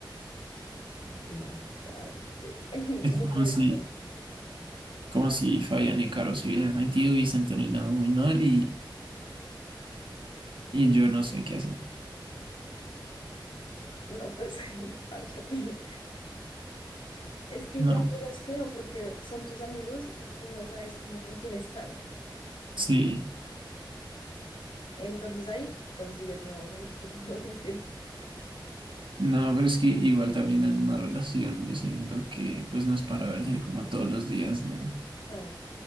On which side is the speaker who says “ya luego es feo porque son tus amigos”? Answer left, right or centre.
Left